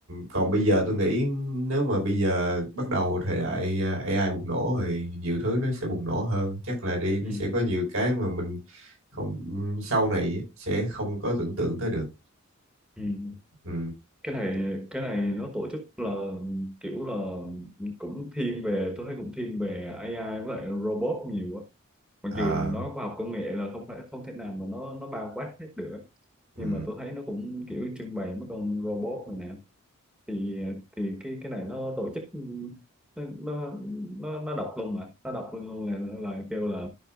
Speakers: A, on the right; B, in the centre.
A: còn bây giờ tôi nghĩ nếu mà bây giờ bắt đầu thời đại à, AI bùng nổ thì nhiều thứ nó sẽ bùng nổ hơn chắc là đi nó
B: ừ
A: sẽ có nhiều cái mà mình không sau này sẽ không có tưởng tượng tới được
B: ừ ừ.
A: ừ
B: cái này cái này nó tổ chức là kiểu là cũng thiên về tôi thấy cũng thiên về AI với lại robot nhiều á mặc
A: ờ
B: dù là nó khoa học công nghệ là không phải không thể nào mà nó nó bao quát hết được
A: ừ
B: nhưng mà tôi thấy nó cũng kiểu trưng bày mấy con robot này nè thì thì cái cái này nó tổ chức nó nó nó, nó đọc luôn mà nó đọc luôn luôn là là kêu là